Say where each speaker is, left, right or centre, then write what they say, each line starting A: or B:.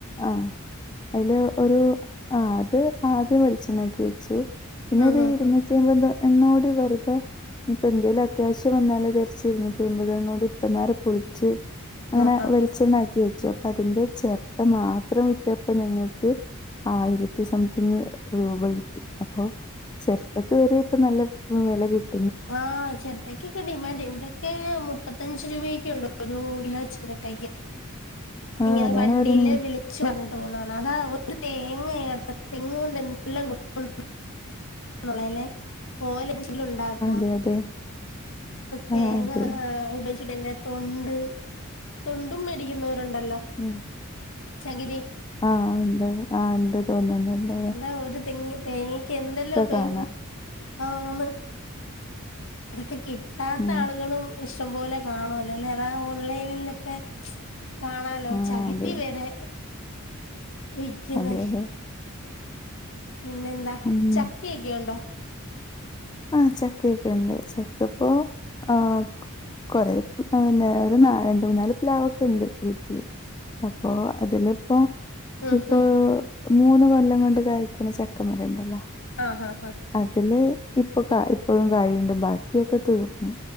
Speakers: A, on the left (about 20°); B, on the left (about 60°).
A: ആഹ് അയുല് ഒരു. ആഹ് അത് ആദ്യം വെളിച്ചെനാക്കി വെച്ചു. പിന്നെ
B: ഉം
A: ഒരു
B: ഉം
A: ഇരുന്ന്
B: ഉം
A: <unintelligible> നോടി വരുതൊ ഇപ്പൊ എന്തേലും അത്യാവശ്യം വന്നാല ചരിച്ച് ഇരുന്നു റ്റി ആയിപത്എണ്ണം ഇപ്പ നേരം പളിച്ച്. അങ്ങനെ
B: ആഹ് ഹാ
A: വെളിച്ചെണ്ണക്കി
B: ഹാ
A: വെച്ചു അപ്പൊ അതിന്റെ ചിരട്ട മാത്രം വിററപ്പം ഞങ്ങൾക്ക്. ആയിരത്തി സംതിങ് രൂപ കിടി. അപ്പൊ ചിരട്ടക്ക് വരെ ഇപ്പൊ നല്ല വല കിട്ടി.
B: അഹ് <unintelligible> ചിട്ടയ്ക്കൊക്കെ ഡിമാൻഡ് ഇവിടെയൊക്കെ മുപ്പത്തഞ്ച് രൂപക്കുണ്ട് ഒരു കിലോ ചീരട്ടയ്ക്ക്.
A: ആഹ്
B: ഇങ്ങനെ
A: അതാണ്
B: വണ്ടിയില്
A: പറയണേ
B: <unintelligible> പറഞ്ഞിട്ട് പോന്നതാണ് അതാ ഒരു തങ്ങ തെങ്ങ കൊണ്ട് എന്ത് എല്ലാം. ഗുണങൾ <unintelligible> ഓല്ലേ പോലെ ഉണ്ടാക്കാം
A: അത അതെ
B: തേങ്ങ
A: ആഹ് അതെ
B: ഉപയോഗിച്ചിട്ട് എന്റെ തൊണ്ട് തൊണ്ടും മേടിക്കുന്നവരുണ്ടല്ലോ.
A: ഉം
B: ചങ്ക്രിരി.
A: ആഹ് ഉണ്ട് ആഹ് ഉണ്ട് തോന്നണ്ടണ്ട്.
B: അതാ ഒരു തെങ്ങ തേങ്ങക്ക് എന്തെല്ലാം ഉപയോഗം.
A: കാണാം
B: ആന് അതൊക്കെ കിട്ടാത്ത
A: ഉം
B: ആളുകളും. ഇഷ്ടം പോലെ കാണുവല്ലോ അല്ലെ അതാ ഓൺലൈനിലൊക്കെ. കാണാലോ
A: ആഹ്
B: ചകിരി
A: അതെ
B: വരെ വിക്ക്ന്നോ
A: അതെ അതെ
B: പിന്നെന്താ
A: ഉം
B: ചക്കയൊക്കെ ഉണ്ടോ?
A: ആഹ് ചെക്കൊക്കെ ഉണ്ട് ചക്കപ്പോ അഹ് കുറെ പിന്നെ രണ്ട് മൂന്നാല് പ്ലാവ്. ഇണ്ട് വീട്ടില് അപ്പൊ അതിലിപ്പോ
B: ഉം
A: ഇപ്പൊ
B: ഉം
A: മൂന്ന് കൊല്ലം കൊണ്ട്. കഴ്ക്കണ ചെക്ക മരം ഉണ്ടല്ലോ.
B: ആഹ് ഹ ഹ
A: അതില് ഇപ്പൊ കാ ഇപ്പോഴും കായുണ്ട് ബാക്കിയൊക്കെ തീർന്നു.